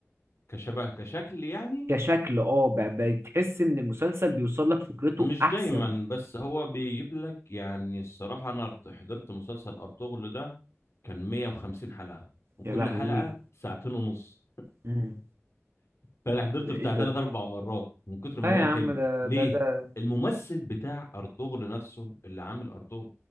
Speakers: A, on the left; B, on the right.
A: كشبه كشكل يعني
B: كشكل اه ب- بتحس ان المسلسل بيوصل لك فكرته
A: مش
B: احسن
A: دايما بس هو بيجيب لك يعني الصراحة انا ارت- حضرت مسلسل ارطغرل ده كان 150 حلقة وكل
B: يا لهوي
A: حلقة ساعتين ونص
B: مم.
A: فانا حضرته
B: ده ايه
A: بتاع
B: ده
A: ثلاث اربع مرات من كتر ما
B: لا
A: هو
B: يا عم
A: حلو
B: ده
A: ليه
B: ده ده
A: الممثل بتاع ارطغرل نفسه اللي عامل ارطغرل